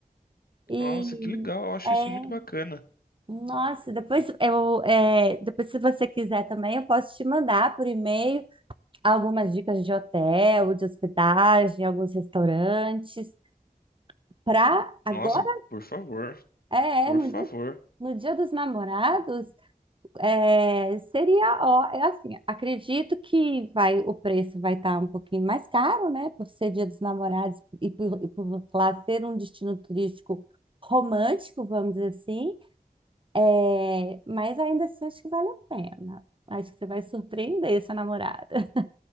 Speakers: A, on the right; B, on the left.
A: E
B: Nossa, que legal, eu acho
A: é,
B: isso muito bacana.
A: nossa, depois eu, é, depois se você quiser também, eu posso te mandar por e-mail algumas dicas de hotel, de hospedagem, alguns restaurantes. Para agora,
B: Nossa, por favor,
A: é,
B: por
A: é, no
B: favor.
A: dia, no dia dos namorados, É, seria, ó, é assim, acredito que vai, o preço vai estar um pouquinho mais caro, né? Por ser Dia dos Namorados e por, e por lá ser um destino turístico romântico, vamos dizer assim. É, mas ainda assim, acho que vale a pena. Acho que você vai surpreender sua namorada. <laughs>